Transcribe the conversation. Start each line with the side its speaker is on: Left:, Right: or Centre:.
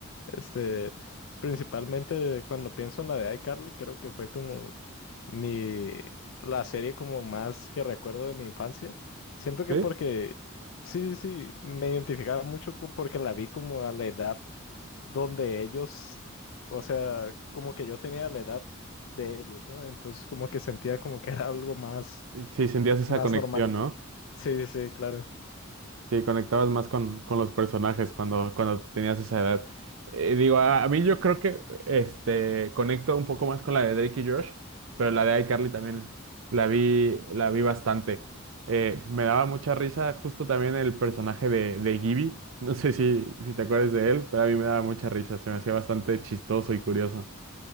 Left: Este, principalmente cuando pienso en la de iCarly, creo que fue como mi, la serie como más que recuerdo de mi infancia. Siento que
Right: ¿Sí?
Left: porque, sí, sí, sí, me identificaba mucho con- porque la vi como a la edad donde ellos, o sea, como que yo tenía la edad de ellos, ¿no? Entonces como que sentía como que era algo más,
Right: Sí, sentías esa
Left: más
Right: conexión,
Left: normal.
Right: ¿no?
Left: Sí, sí, sí, claro.
Right: Sí, conectabas más con, con los personajes cuando, cuando tenías esa edad. Eh, digo, a, a mí yo creo que este, conecto un poco más con la de Drake y Josh, pero la de iCarly también la vi, la vi bastante. Eh, me daba mucha risa justo también el personaje de, de Gibby. No sé si, si te acuerdas de él, pero a mí me daba mucha risa. Se me hacía bastante chistoso y curioso.